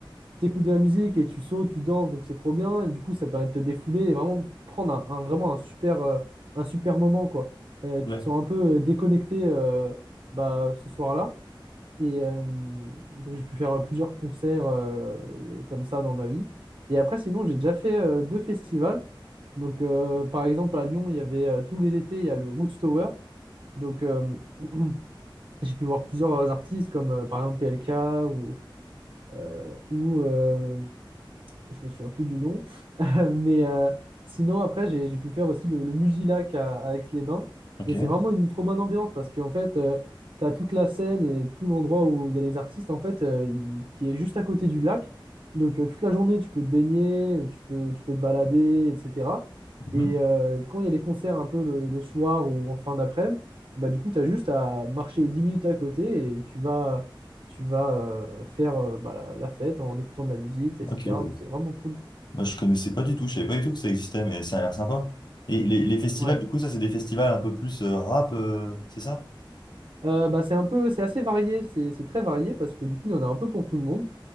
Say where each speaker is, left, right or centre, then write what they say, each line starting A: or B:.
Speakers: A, on the right; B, on the left.
A: t'écoutes de la musique et tu sautes, tu danses, donc c'est trop bien. Et du coup, ça permet de te défouler et vraiment de prendre un, un- vraiment un super, euh, un super moment, quoi. Euh, tu
B: Ouais.
A: te sens un peu euh, déconnecté euh, bah, ce soir-là. Et euh, donc j'ai pu faire plusieurs concerts euh, comme ça dans ma vie. Et après, sinon, j'ai déjà fait euh, deux festivals. Donc euh, par exemple, à Lyon, il y avait euh, tous les étés, il y a le Woodstower. Donc euh, <clears throat> j'ai pu voir plusieurs artistes comme euh, par exemple PLK ou, euh, ou euh, je me souviens plus du nom. <laughs> Mais euh, sinon, après, j'ai j'ai pu faire aussi le, le Musilac à, à Aix-les-Bains.
B: Ok.
A: Et c'est vraiment une trop bonne ambiance parce qu'en fait, euh, tu as toute la scène et tout l'endroit où il y a les artistes, en fait, euh, il- qui est juste à côté du lac. Donc, euh, toute la journée, tu peux te baigner, tu peux, tu peux te balader, etc.
B: Mhm.
A: Et euh, quand il y a les concerts un peu le, le soir ou en fin d'après-midi, bah, du coup, tu as juste à marcher 10 minutes à côté et tu vas, tu vas euh, faire euh, bah, la, la fête en écoutant de la musique, etc.
B: Ok, ouais.
A: Donc, c'est vraiment cool.
B: Moi, je connaissais pas du tout. Je savais pas du tout que ça existait, mais ça a l'air sympa. Et les, les festivals,
A: Ouais.
B: du coup, ça, c'est des festivals un peu plus euh, rap, euh, c'est ça?
A: Euh, bah, c'est un peu, c'est assez varié, c'est c'est très varié parce que du coup, il y en a un peu pour tout le monde,